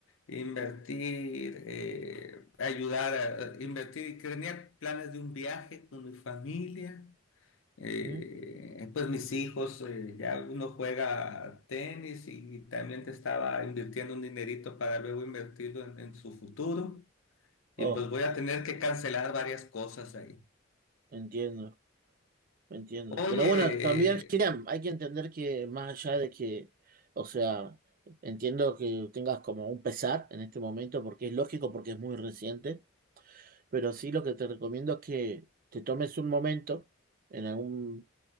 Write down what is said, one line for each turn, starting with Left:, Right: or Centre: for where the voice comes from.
Left: Invertir, eh, ayudar a a invertir y crear planes de un viaje con mi familia. Eh,
Right: ¿Mm?
Left: pues mis hijos, eh, ya uno juega tenis y también te estaba invirtiendo un dinerito para luego invertirlo en, en su futuro. Y
Right: Oh,
Left: pues voy a tener que cancelar varias cosas ahí.
Right: entiendo, entiendo.
Left: Oye,
Right: Pero bueno, también, Kiram, hay que entender que más allá de que, o sea, entiendo que tengas como un pesar en este momento, porque es lógico, porque es muy reciente. pero sí lo que te recomiendo es que te tomes un momento en algún